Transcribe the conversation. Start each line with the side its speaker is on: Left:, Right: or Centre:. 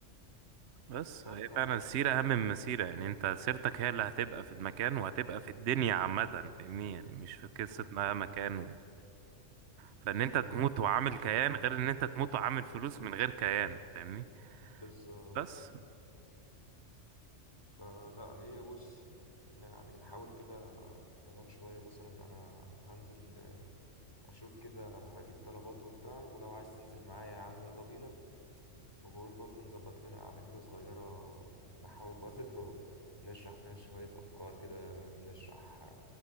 Right: بس
Left: فانت
Right: هي فعلا السيرة اهم من المسيرة يعني انت سيرتك هي اللي هتبقى في المكان وهتبقى في الدنيا عامة فاهمني يعني مش في قصة
Left: مم.
Right: ما مكان فان انت تموت
Left: ايوه
Right: وعامل
Left: ايوه
Right: كيان غير ان انت تموت وعامل فلوس من غير كيان فاهمني
Left: بالظبط
Right: بس
Left: فلا هي بص ن- يعني نحاول كده كمان شويه مثلا انا هنزل اشوف كده هجيب طلبات وبتاع ولو عايز تنزل معايا يا عم يلا بينا وبقول برضه نظبط لنا قعدة كده صغيرة نحاول برضه <laughs> نشرح فيها شوية أفكار كده نشرح